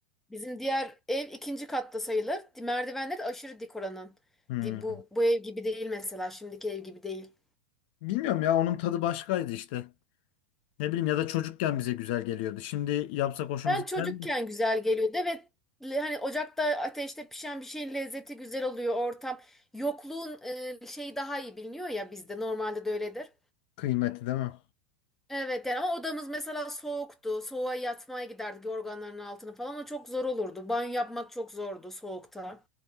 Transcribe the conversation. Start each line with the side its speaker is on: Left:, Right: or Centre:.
Centre: Bizim diğer ev ikinci katta sayılır. Merdivenleri de aşırı dik oranın.
Left: Hmm.
Centre: Di- Bu, bu ev gibi değil mesela şimdiki ev gibi değil.
Left: Bilmiyorum ya onun tadı başkaydı işte. Ne bileyim ya da çocukken bize güzel geliyordu. Şimdi yapsak hoşumuza
Centre: Ben çocukken
Left: gider mi?
Centre: güzel geliyordu ve le- hani ocakta ateşte pişen bir şeyin lezzeti güzel oluyor ortam. Yokluğun e, şeyi daha iyi biliniyor ya bizde normalde de öyledir.
Left: Kıymeti değil mi?
Centre: Evet yani ama odamız mesela soğuktu. Soğuğa yatmaya giderdik yorganların altına falan. O çok zor olurdu. Banyo yapmak çok zordu soğukta.